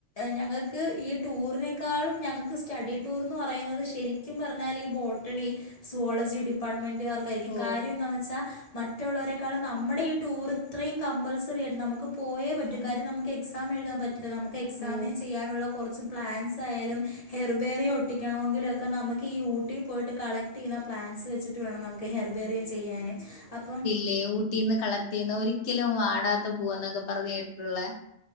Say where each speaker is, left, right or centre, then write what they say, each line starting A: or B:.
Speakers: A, on the left (about 30°); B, on the left (about 65°).
A: ഞങ്ങൾക്ക് ഈ ടൂറിനേക്കാളും ഞങ്ങൾക്ക് സ്റ്റഡി ടൂർന്ന് പറയുന്നത് ശരി ശെരിക്കും പറഞ്ഞാൽ ഈ ബോട്ടണി സോളജി ഡിപ്പാർട്ട്മെന്റ് ക്കാർക്കായിരിക്കും
B: ഓ
A: കാര്യം എന്താണെന്ന് വെച്ചാൽ മറ്റുള്ളവരെേക്കാളും നമ്മുടെ ഈ ടൂറ് കമ്പൾസറി രുന്നു നമുക്ക് പോയേ പറ്റും
B: ആ
A: കാര്യം നമുക്ക് എക്സാം എഴുതാൻ പറ്റില്ല നമുക്ക് എക്സാമിന്
B: ഓ
A: ചെയ്യാനുള്ള കുറച്ച് പ്ലാൻസ് ആയാലും ഹെർബേറി ഒട്ടിക്കണമെങ്കിലും ഒക്കെ നമുക്ക് ഈ ഊട്ടി പോയിട്ട് കള റ്റ് ചെയ്തിട്ടുള്ള പ്ലാന്ൻറ്സ് വെച്ചിട്ട് വേണം നമുക്ക് ഹെർബേറിയും ചെയ്യാനും അപ്പം
B: ലേ വ് കുട്ടീന്ന് കളക്ട് ചെയ്യുന്ന ഒരിക്കലും വാടാത്ത പൂവ എന്നൊക്കെ പറഞ്ഞു കേട്ടിട്ടുള്ള